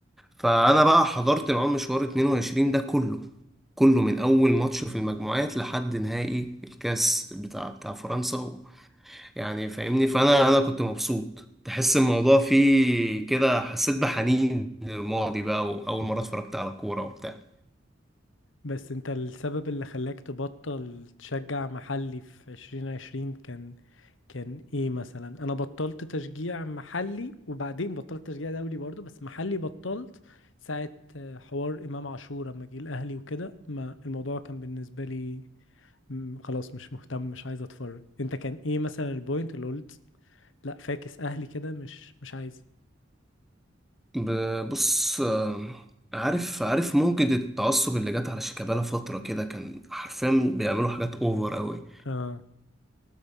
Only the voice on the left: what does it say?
بس انت السبب اللي خلاك تبطل تشجع محلي في عشرين عشرين كان كان ايه مثلا انا بطلت تشجيع محلي وبعدين بطلت تشجيع دولي برضو بس محلي بطلت ساعة آه، حوار امام عاشور لما جه الاهلي وكده ما الموضوع كان بالنسبة لي م، خلاص مش مهتم مش عايز اتفرج انت كان ايه مثلا البوينت اللي قلت لا فاكس اهلي كده مش مش عايز
اه